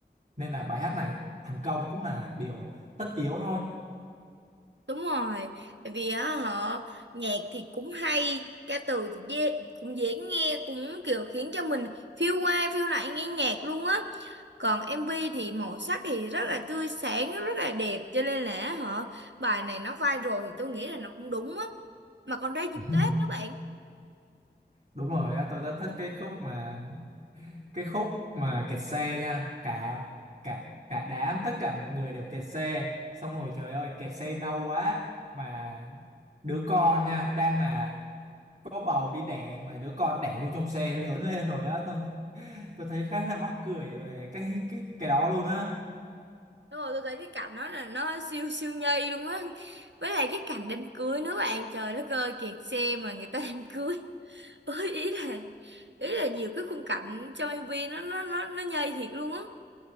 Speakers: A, on the right; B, on the right.
A: nên là bài hát này thành công cũng là điều tất yếu thôi
B: Đúng rồi, tại vì á họ nhạc thì cũng hay, ca từ thì dễ, cũng dễ nghe, cũng kiểu khiến cho mình phiêu qua phiêu lại nghe nhạc luôn á. Còn MV thì màu sắc thì rất là tươi sáng, rất là đẹp cho nên là họ bài này nó viral thì tôi nghĩ là nó cũng đúng á. Mà còn ra dịp
A: <laughs>
B: Tết nữa bạn.
A: đúng rồi á, tôi rất thích cái khúc mà cái khúc mà kẹt xe nha cả cả cả đám tất cả mọi người đều kẹt xe xong rồi trời ơi kẹt xe lâu quá mà đứa con nha đang là có bầu đi đẻ mà đứa con đẻ luôn trong xe lớn lên rồi á thôi tôi thấy khá là mắc cười về cái cái cái đó luôn á
B: Đúng rồi, tôi thấy cái cảnh đó là nó siêu siêu nhây luôn á. Với lại cái cảnh đám cưới nữa bạn, trời đất ơi, kẹt xe mà người ta đám cưới. Ôi, ý là ý là nhiều cái khung cảnh trong MV nó nó nó nó nhây thiệt luôn á